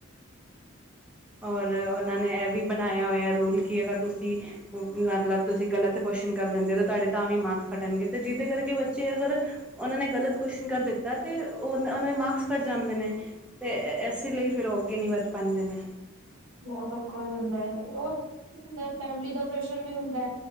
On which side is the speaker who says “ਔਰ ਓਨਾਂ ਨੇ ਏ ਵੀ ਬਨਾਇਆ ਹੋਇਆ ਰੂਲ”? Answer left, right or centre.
Centre